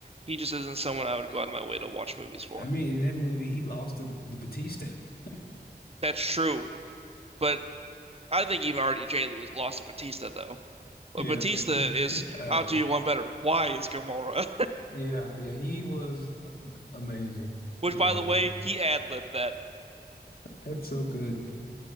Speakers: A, on the right (about 35°); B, on the left (about 60°).
A: He just isn't someone I would go out of my way to watch movies for.
B: I mean, in that movie, he lost the, the Batista. <laughs>
A: That's true, but I think even RDJ was lost to Batista though. But
B: Yeah.
A: Batista
B: Yeah. <laughs>
A: is
B: All right.
A: I'll do you one better. Why is Gamora?
B: Yeah. Yeah. He was uh, amazing
A: <laughs> Which
B: in
A: by
B: that
A: the
B: movie.
A: way, he ad-libbed that.
B: That's so good.